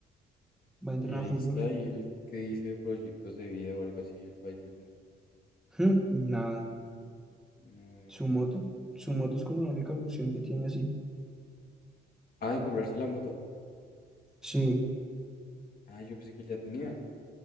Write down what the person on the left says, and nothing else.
Y ahí
está, y el que dice de proyectos de vida o algo así, el paisita.
No.
Ah, de comprarse la moto.
Ah, yo pensé que él ya tenía.